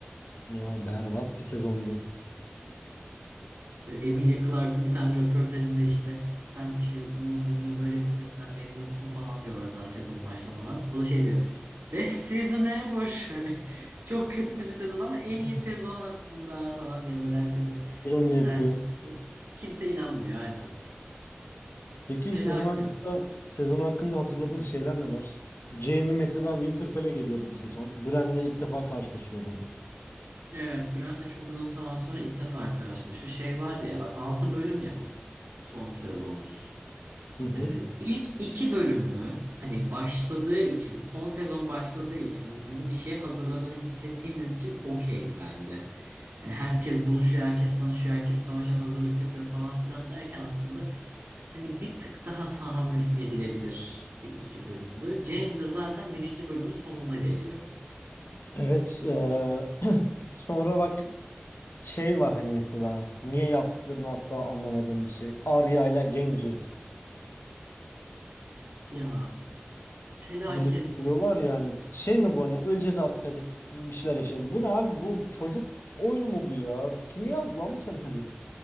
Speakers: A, on the left; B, on the right.
A: ya berbat bir sezondu
B: E, Emilia Clarke'ın bir tane röportajında işte sen işte bu dizinin böyle bitmesinden memnun musun falan diyorlar daha sezon başlamadan. O da şey diyor. Best season ever. <laughs> Hani çok kötü bir sezon ama en
A: <laughs>
B: iyi sezon aslında falan diye böyle herkesi
A: bir onu
B: ikna
A: yapıyor
B: etmeye çalışıyor. Kimse inanmıyor aynen.
A: Peki
B: Felaket.
A: sezon hakkında sezon hakkında hatırladığın şeyler neler? Jamie mesela Winterfell'e geliyordu bu sezon. Bran'le ilk defa karşılaşıyordu.
B: Evet, Bran'le çok uzun zaman sonra ilk defa karşılaşıyor. Şey var ya, bak 6 bölüm ya bu son sezonumuz.
A: Hı hı.
B: Ee, ilk 2 bölümü hani başladığı için, son sezon başladığı için ve bizi bir şeye hazırladığını hissettiğimiz için okeydi bence. Hani herkes buluşuyor, herkes tanışıyor, herkes savaşa hazırlık yapıyor falan filan derken aslında hani bir tık daha tahammül edilebilir bir iki bölümdü. Jamie de zaten birinci bölümün sonunda geliyor.
A: Evet. eee, <clears throat> sonra bak şey var hani mesela niye yaptıklarını asla anlamadığım bir şey. Arya ile Gendry
B: Ya felaket.
A: birlikte oluyorlar ya hani şey mi bu hani öleceğiz artık hadi bir şeyler yaşayalım. Bu ne abi bu çocuk oyunu mu bu ya? Kim yazdı lan bu senaryoyu?